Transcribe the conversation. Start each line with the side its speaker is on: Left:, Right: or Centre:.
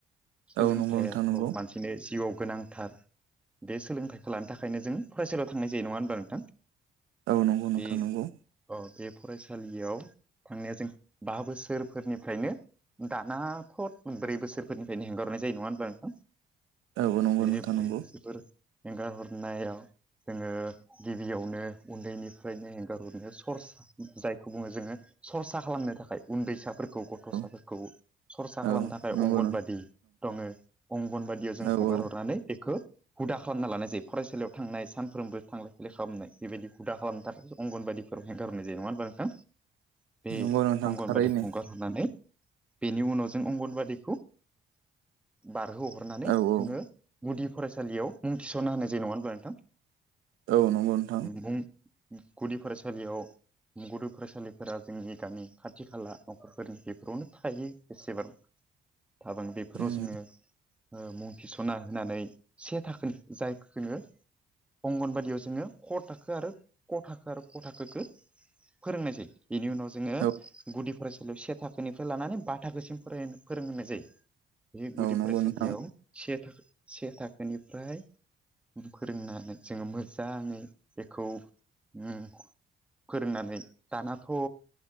Centre: सोलोंथाइयाथ'
Right: औ नंगौ नोंथां नंगौ
Centre: मानसिनो जिउआव गोनांथार बे सोलोंथाइखौ लानो थाखायनो जों फरायसालियाव थांनाय जायो नङा होनबा नोंथां?
Right: औ नंगौ नोंथां
Centre: बे
Right: नंगौ।
Centre: अ बे फरायसालियाव थांनाया जों बा बोसोरफोरनिफ्रायनो दाना फद ब्रै बोसोरफोरनिफ्रायनो हेंगारनाय जायो नङा होनब्ला नोंथां?
Right: औ नंगौ
Centre: <unintelligible>
Right: नोंथां नंगौ
Centre: बेफोर एंगार हरनायाव जोङो गिबियावनो उन्दैनिफ्रायनो एंगारहरनो सर्स जायखौ बुङो जोङो। सरसा खालामनो थाखाय उन्दैसाफोरखौ गथ'साफोरखौ।
Right: औ
Centre: सरसा खालामनो
Right: औ
Centre: थाखाय
Right: नंगौ
Centre: अंगनबादि
Right: नों
Centre: दङ अंगनबादियाव जों
Right: औ
Centre: हगार
Right: औ
Centre: हरनानै खो हुदा खालामना लानाय जायो फरायसालियाव थांनाय सानफ्रोमबो थांलाय फैलाय खालामनाय बेबायदि हुदा खालामनो थाखाय अंगनबादिफोराव हेंगार हरनाय जायो नङा होमबा नोंथां? बे
Right: नंगौ नोंथां
Centre: अंगनबादि
Right: थारैनो
Centre: हगारहरनानै। बेनि उनाव जों अंगनबादिखौ बार- बारहो हरनानै
Right: औ औ
Centre: जोंङो गुदि फरायसालियाव मुं थिसनना होनाय जायो नङा होनब्ला नोंथां।
Right: औ नंगौ नोंथां।
Centre: मुं गुदि फरायसालियाव। गुदि फरायसालिफोरा जोंनि गामि खाथि खाला नखरफोरनि बेफोरावनो थायो एसेबां
Right: <inaudible>
Centre: थांनांआ बेफोराव
Right: उम
Centre: जोंङो मुं थिसना होनानै से थाखो जाय जोंङो अंगनबादि बेयाव जोंङो क थाखो आरो क थाखो आरो ख थाखोखौ फोरोंनाय जायो। बेनि उनाव जोंङो
Right: औ
Centre: गुदि। फरायसालियाव से थाखोनिफ्राय लानानै बा थाखोसिम फोरोंहोनाय जायो। बे गुदि
Right: औ नंगौ
Centre: फरायसालियाव
Right: नोंथां
Centre: से से थाखोनिफ्राय फोरोंनानै जोंङो मो दा नै बेखौउम फोरोंनानै दानाथ ओ